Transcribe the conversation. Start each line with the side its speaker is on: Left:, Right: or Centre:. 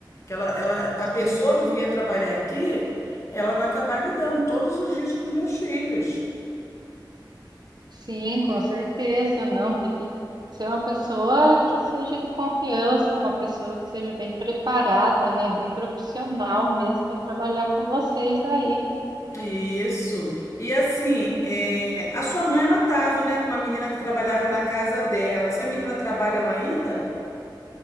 Left: Que ela, ela, a
Right: Sim,
Left: pessoa que vier trabalhar aqui, ela vai acabar lidando todos os dias com os meus filhos.
Right: sim, com certeza. Não, tem que ser uma pessoa que seja de confiança, uma pessoa que seja bem preparada, né? Bem profissional mesmo para trabalhar com vocês aí.
Left: Isso. E assim,
Right: Uhum.
Left: é, a sua mãe, ela tava, né, com uma menina que trabalhava na casa dela. Essa menina trabalha lá ainda?